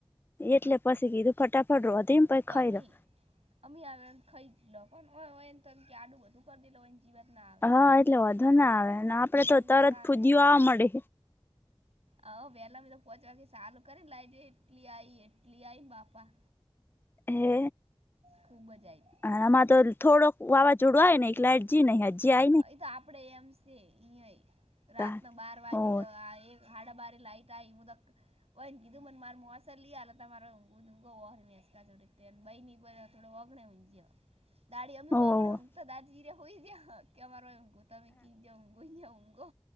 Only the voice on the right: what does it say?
એ તો
અમી
અમી આવે એમ ખાઈ જ લો એને તો એમ કે આડુંધું કરી દે લો ક વાત ના આવે
સિટીમાં
ચાલે
હ વહેલા તો પોહોચવા સારું કરી લાઈટ એટલી આ એટલી આને બાપા
ખૂબ જ આવી
અ તો આપડે એમ છે અ રાતના
બાર વાગે
એક હાડ બારી લઈતાાય મુદક બ કીધું મને માર મોસ લાલ હતા મારેુુંકા જોડ બ ની તોો વાગણણેઈીએ
દાડી અમી
હોગ હમ તો દાદીરે હોઈય ગયા કે અમાર તમે કી જ કોઈજઊંગો